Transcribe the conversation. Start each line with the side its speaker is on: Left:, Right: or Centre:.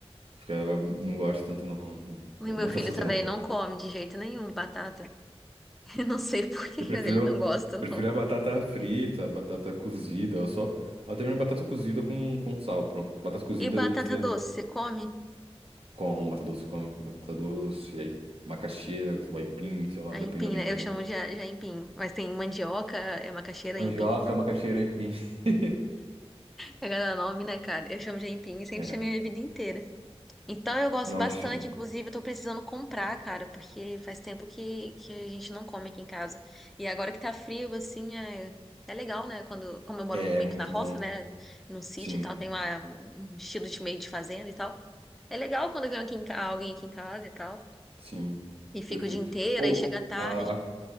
Right: Ficava, não gosto tanto não.
Centre: E
Right: Batata
Centre: meu filho
Right: solteira
Centre: também
Right: não.
Centre: não come de jeito nenhum batata. <laughs> Eu não sei por quê,
Right: Eu prefiro,
Centre: mas ele não gosta,
Right: eu
Centre: não.
Right: prefiro a batata frita, a batata cozida, ou só. Ou também batata cozida com, com sal, pronto. Batata cozida
Centre: E batata
Right: e você
Centre: doce, você come?
Right: com batata doce, com batata doce, aí macaxeira, o aipim, sei lá,
Centre: A
Right: depende
Centre: aipim,
Right: da região.
Centre: né? Eu chamo de, a- de aipim, mas tem mandioca, é macaxeira,
Right: Mandioca,
Centre: aipim, né?
Right: macaxeira e aipim. <laughs>
Centre: É cada nome, né, cara? Eu chamo de aipim e sempre
Right: É,
Centre: chamei minha vida inteira. Então eu gosto
Right: não,
Centre: bastante,
Right: cham-
Centre: inclusive eu tô precisando comprar, cara, porque faz tempo que, que a gente não come aqui em casa. E agora que tá frio, assim, é, é legal, né? Quando, como eu moro
Right: é
Centre: meio
Right: muito
Centre: que na roça,
Right: bom.
Centre: né? No sítio
Right: Sim.
Centre: e tal, tem uma, um estilo de meio de fazenda e tal. É legal quando vem aqui em ca- alguém aqui em casa e tal.
Right: Sim,
Centre: E fico
Right: perfeito.
Centre: o dia inteiro,
Right: Ou,
Centre: aí chega tarde.
Right: a, a,